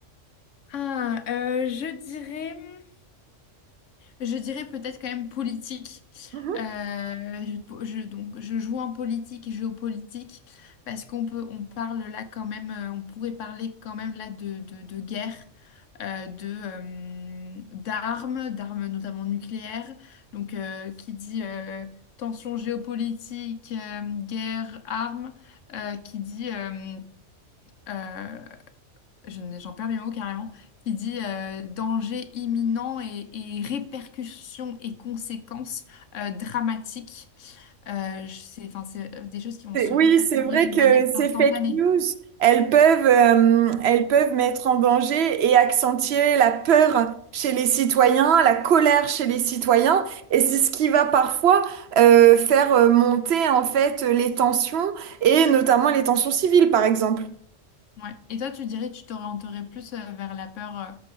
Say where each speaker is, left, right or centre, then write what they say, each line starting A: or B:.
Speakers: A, on the left (about 75°); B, on the right (about 65°).
A: Ah, euh, je dirais. hmm, Je dirais peut-être quand même politique.
B: Mhm.
A: Euh, je, je- donc, je joue en politique et géopolitique parce qu'on peut, on parle là quand même, euh, on pourrait parler quand même là de, de, de guerre, euh, de, euh, d'armes, d'armes notamment nucléaires. Donc, euh, qui dit euh, tension géopolitique, euh, guerre, armes, euh, qui dit euh, euh, je ne- j'en perds mes mots carrément, qui dit euh, danger imminent et, et répercussions et conséquences euh, dramatiques. Euh, je- c'est, enfin, c'est euh, des choses qui vont
B: C'est-
A: se
B: Oui,
A: répertorier
B: c'est vrai
A: de
B: que
A: manière
B: ces
A: instantanée.
B: fake news, elles peuvent, euh, elles peuvent mettre en danger et accentuer la peur chez les citoyens, la colère chez les citoyens, et c'est ce qui va parfois euh, faire euh, monter en fait les tensions et notamment les tensions civiles, par exemple.
A: Ouais. Et toi, tu dirais que tu t'orienterais plus euh, vers la peur euh,